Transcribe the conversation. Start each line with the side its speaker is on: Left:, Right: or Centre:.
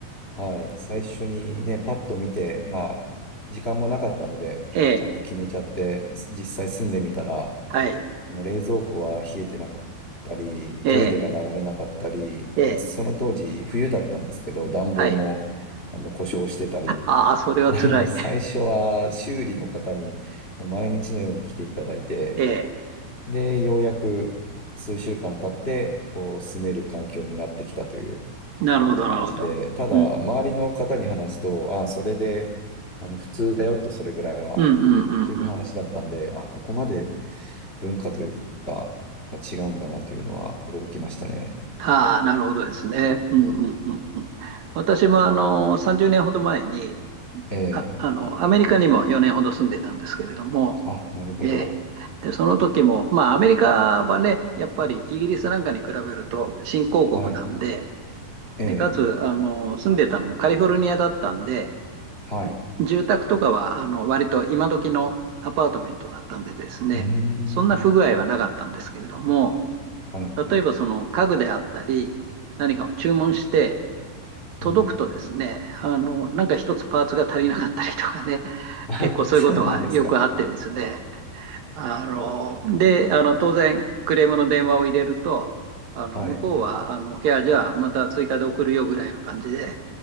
Left: はい、最初にね、パッと見て、まあ、時間もなかったので、
Right: ええ、
Left: あの、決めちゃって、実際住んでみたら、
Right: はい、
Left: あの冷蔵庫は冷えてなかったり、トイレが流れなかったり、
Right: ええ、ええ、
Left: でその当時冬だったんですけど、暖房もあの故障してたり、
Right: はい。ああ、それは辛い。
Left: <laughs> なので最初は修理の方にもう毎日のように来ていただいて、
Right: ええ、
Left: で、ようやく数週間経って、こう住める環境になってきたという
Right: なるほど、
Left: 感じで、
Right: なるほど。
Left: ただ周りの方に話すと、
Right: うん、
Left: ああ、それであの普通だよと、それぐらいは。
Right: うん、うん、うん。
Left: という話だったんで、
Right: うん
Left: あ、ここまで文化というか、が違うんだなというのは驚きましたね。
Right: ああ、なるほどですね。うん、
Left: うん。
Right: うん、うん。うん私も、あの、30年ほど前に、
Left: ええ。
Right: あ、あの、アメリカにも4年ほど住んでたんですけれども、
Left: あ、なるほど。
Right: ええ、で、その時も、まあ、アメリカはね、やっぱりイギリスなんかに比べると新興国なんで、
Left: はい。ええ。
Right: で、かつ、あの、住んでたのもカリフォルニアだったんで、
Left: はい。
Right: 住宅とかはあの割と今時のアパートメントだったんでですね、
Left: うーん。
Right: そんな不具合はなかったんですけれども、
Left: はい。
Right: 例えばその家具であったり、何かを注文して、届くとですね、
Left: うん。
Right: あの、なんか一つパーツが足りなかったりとかね、
Left: あ、
Right: 結構そういうことはよくあってですね、
Left: そうなんですか。
Right: あの、で、あの、当然、クレームの電話を入れると、あの、
Left: はい。
Right: 向こうは、あの、いや、じゃあ、また追加で送るよぐらいの感じで、